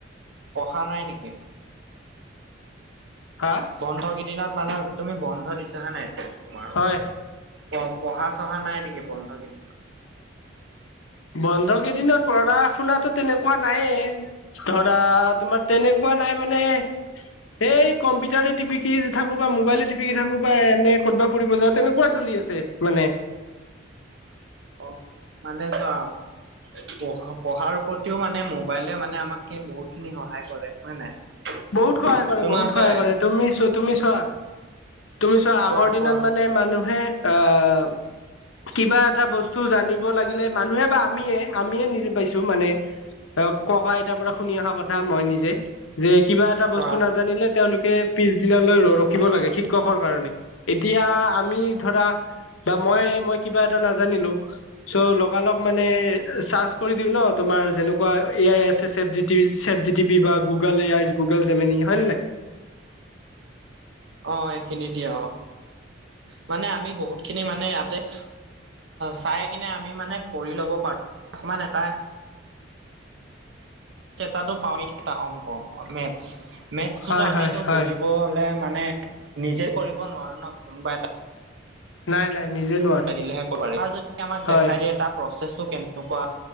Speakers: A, on the right; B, on the left.
A: পঢ়া নাই নেকি?
B: হা?
A: বন্ধ কেইদিনত মানে তুমি বন্ধ দিছা হয় নাই, এতিয়া তোমাৰো-
B: হয়
A: প পঢ়া চঢ়া নাই নেকি বন্ধ কেইদিন।
B: বন্ধ কেইদিনত পঢ়া শুনাতো তেনেকুৱা নাইয়ে। ধৰা তোমাৰ তেনেকুৱা নাই মানে। এই কম্পিউটাৰে টিপিকি থাকো বা মোবাইলেটিপিকি থাকো বা এনে ক'তবা ফুৰিব যাও তেনেকুৱা চলি আছে। মানে
A: অ মানে চোৱা, প পঢ়াৰ প্ৰতিও মানে মোবাইলে মানে আমাক- বহুত খিনি সহায় কৰে হয় নাই।
B: বহুত সহায় কৰে
A: তোমাৰ
B: বহুত
A: চোৱা
B: সহায় কৰে। তুমি চোৱা তুমি চোৱা- তুমি চোৱা আগৰ
A: কোৱা
B: দিনত
A: কোৱা
B: মানে মানুহে আহ কিবা এটা বস্তু জানিব লাগিলে মানুহে বা আমিয়ে আমিয়ে নিজে পাইছো মানে। অ ককা আইতাৰ পৰা শুনি অহা কথা মই নিজে, যে কিবা এটা বস্তু
A: কোৱা
B: নাজানিলে তেওঁলোকে পিছ দিনালৈ ৰ ৰখিব লাগে শিক্ষকৰ কাৰণে, এতিয়া আমি ধৰা বা মই মই কিবা এটা নাজানিলো, চ' লগালগ মানে চাৰ্চ কৰি দিও ন তোমাৰ যেনেকুৱা এ আই আছে চট G T chat- GT P বা Google A I Google Gemini হয় নে নাই।
A: অঁ সেইখিনি দিয়ে অঁ, মানে আমি বহুত খিনি মানে ইয়াতে- চাই কিনে আমি মানে কৰি ল'ব পাৰোঁ, অকণমান এটা- এটা পাওঁ, এটা অংক মেথছ, মেথছটো
B: হয়
A: আমিটো
B: হয় হয়
A: বুজি - আকৌ হলে মানে নিজে কৰিব নোৱাৰো ন কোনোবা এটা,
B: নাই নাই। নিজে নোৱাৰো
A: দিলেহে কব পাৰিম, আমাক
B: হয়
A: দেখাই দিয়ে তাৰ প্ৰচেছটো কেনেকুৱা